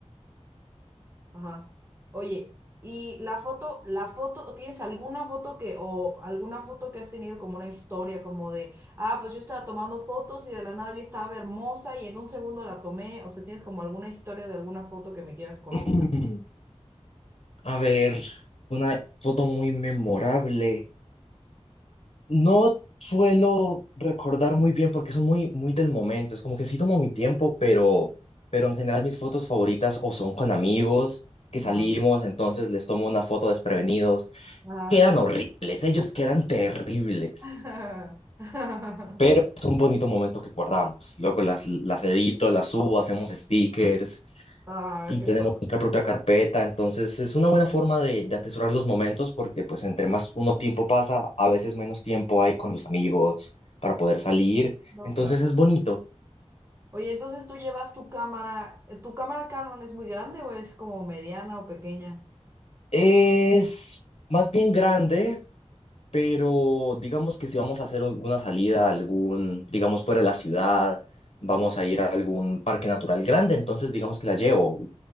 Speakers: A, on the right; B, on the left.
A: Ajá. Oye, ¿y la foto, la foto, tienes alguna foto que, o alguna foto que has tenido como una historia, como de, ah, pues yo estaba tomando fotos y de la nada vi estaba hermosa y en un segundo la tomé? O sea, ¿tienes como alguna historia de alguna foto que me quieras contar?
B: Mm, A ver, una foto muy memorable. No suelo recordar muy bien porque son muy, muy del momento. Es como que sí tomo mi tiempo, pero, pero en general mis fotos favoritas o son con amigos que salimos,
A: Ajá.
B: entonces les tomo una foto desprevenidos.
A: Ajá.
B: Quedan horribles, ellos quedan terribles,
A: <laughs>
B: pero es un bonito momento que guardamos. Luego las, las edito, las subo, hacemos stickers.
A: Ah,
B: y
A: qué
B: tenemos
A: padre.
B: nuestra propia carpeta, entonces es una buena forma de, de atesorar los momentos porque pues entre más uno tiempo pasa, a veces menos tiempo hay con los amigos para poder salir,
A: No,
B: entonces
A: claro.
B: es bonito.
A: Oye, entonces tú llevas tu cámara, eh, ¿tu cámara Canon es muy grande o es como mediana o pequeña?
B: Es más bien grande, pero digamos que si vamos a hacer alguna salida, algún, digamos fuera de la ciudad, vamos a ir a algún parque natural grande, entonces digamos que la llevo,